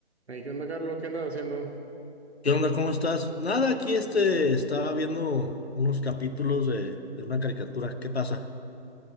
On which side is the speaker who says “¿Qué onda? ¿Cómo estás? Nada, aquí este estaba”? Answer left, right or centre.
Left